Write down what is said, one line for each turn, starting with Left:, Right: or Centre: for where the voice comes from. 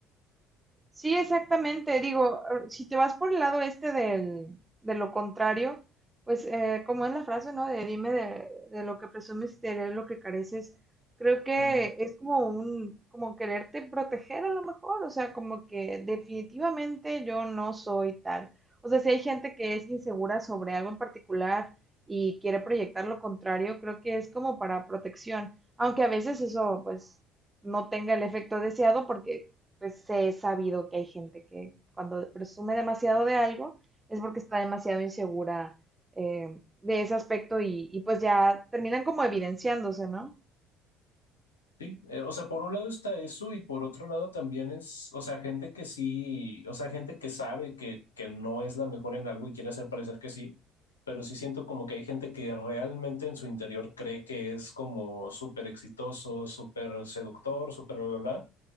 Right: Sí, exactamente. Digo, eh, si te vas por el lado este del, de lo contrario, pues eh, como es la frase, ¿no? De dime de, de lo que presumes y te daré lo que careces. Creo que
Left: Sí.
Right: es como un, como quererte proteger a lo mejor, o sea, como que definitivamente yo no soy tal. O sea, si hay gente que es insegura sobre algo en particular y quiere proyectar lo contrario, creo que es como para protección, aunque a veces eso pues no tenga el efecto deseado porque pues he sabido que hay gente que cuando presume demasiado de algo es porque está demasiado insegura eh, de ese aspecto y, y, pues ya terminan como evidenciándose, ¿no?
Left: Sí, eh, o sea, por un lado está eso y por otro lado también es, o sea, gente que sí, o sea, gente que sabe que, que no es la mejor en algo y quiere hacer parecer que sí, pero sí siento como que hay gente que realmente en su interior cree que es como súper exitoso, súper seductor, súper bla, bla, bla,